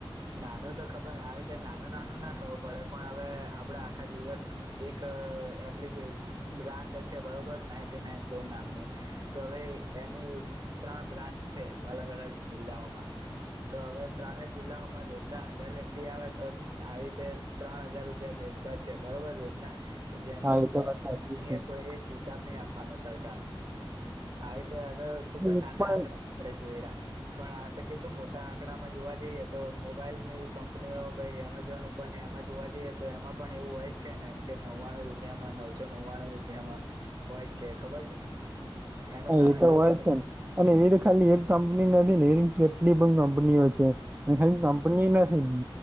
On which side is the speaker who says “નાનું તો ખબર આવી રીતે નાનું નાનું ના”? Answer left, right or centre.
Right